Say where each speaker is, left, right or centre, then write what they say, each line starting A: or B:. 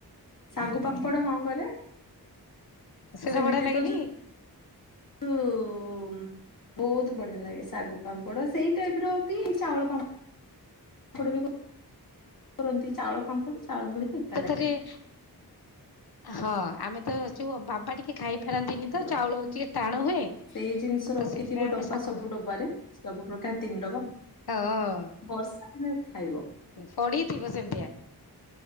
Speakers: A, on the left; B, on the left.
A: ଶାଗୁ ପାମ୍ପଡ ହଁ କରେ।
B: ସେଟା
A: ସେମିତି
B: ବଢିଆ ଲାଗେନି?
A: ତ ଯୋଉ ବହୁତ ବଢିଆ ଲାଗେ ଶାଗୁ ପାମ୍ପଡ ସେଇ ଟାଇପ ର ଯଦି ଚାଉଳ ପାମ୍ <unintelligible> ଡ଼ ଯୋ କରନ୍ତି ଚାଉଳ ପାମ୍ପଡ ଚାଉଳ ମୁଡିକି ଏକା ଟାଇ
B: ରେ ହଁ ଆମେ ତ ଅଚୁ ବାବା ଟିକେ ଖାଇପାରନ୍ତିନି ତ
A: ର
B: ଚାଉଳ ଯେ ଟାଣ ହୁଏ।
A: ସେଇ ଜିନିଷ
B: ତ
A: ରଖିଥିବ
B: ସେଥିପାଇଁ
A: ଡବା
B: ଆମେ ଶାଗୁ
A: ସବୁ ଡବାରେ ସବୁ ପ୍ରକାର ତିନି ଡବା
B: ହଅ।
A: ବର୍ଷା ଦିନେ ଖାଇବ।
B: ସଡିଥିବ ସେମତିଆ